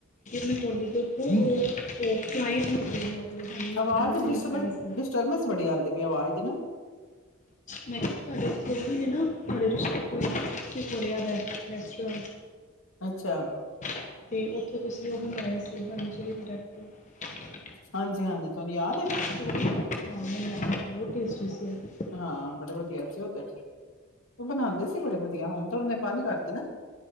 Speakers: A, on the left; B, on the left.
A: ਨਾਥ ਹੋਲੀ ਦੇ ਉੱਥੋਂ ਉਹ ਟਰਾਈਬ ਹੁੰਦੇ ਨੇ ਉਹ ਵਾਲੇ ਹਨੀ
B: ਆਵਾਜ਼
A: ਹਨੀ ਚਿਲੀ
B: ਡਿਸ
A: ਫਰਾਈਜ਼
B: ਡਿਸਟਰਬੈਂਸ ਬੜੀ ਆਉਂਦੀ ਆਵਾਜ਼ ਦੀ ਨਾ
A: ਮੈਂ ਕਿਹਾ ਤੁਹਾਡੇ ਕੋਲ ਵੀ ਨੇ ਨਾ ਤੁਹਾਡੇ ਰਿਸ਼ਤੇ ਕੋਈ <unintelligible> ਦੱਸੋ
B: ਅੱਛਾ
A: ਅਤੇ ਉਹ ਤੇ ਤੁਸੀਂ ਉਹ ਮੰਗਾਏ ਸੀ ਹਨੀ ਚੀਲੀ <unintelligible>
B: ਹਾਂਜੀ ਹਾਂਜੀ ਤੁਹਾਨੂੰ ਯਾਦ
A: <unintelligible>
B: ਹੈ
A: ਹਾਂ ਮੈਨੂੰ ਯਾਦ ਹੈ ਬਹੁਤ ਟੈਸਟ ਸੀ ਉਹ।
B: ਹਾਂ ਬੜੇ ਵਧੀਆ ਸੀ ਉਹ ਤੇ ਉਹ ਬਣਾਉਂਦੇ ਸੀ ਬੜੇ ਵਧੀਆ ਹੁਣ ਤਾਂ ਉਹਨੇ ਬੰਦ ਕਰਤੀ ਨਾ